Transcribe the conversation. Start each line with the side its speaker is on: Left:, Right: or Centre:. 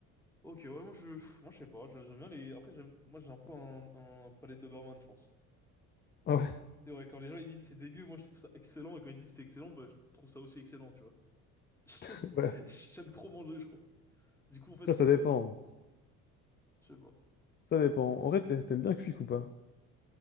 Centre: Ok, ouais, moi je, pff, moi je sais pas. J'aime bien les. Après, j'aime- moi j'ai un peu un, un palais de Doberman, je pense.
Left: Ah Ouais,
Centre: Et ouais, quand les gens ils disent c'est dégueu, moi je trouve ça excellent, et quand ils disent c'est excellent, bah je trouve ça aussi excellent, tu vois. <laughs>
Left: <laughs> ouais.
Centre: J'aime trop manger, je crois. Du coup, en fait,
Left: Après, ça
Centre: euh,
Left: dépend.
Centre: je sais pas.
Left: Ça dépend. En vrai, t'a- t'aimes bien Quick ou pas?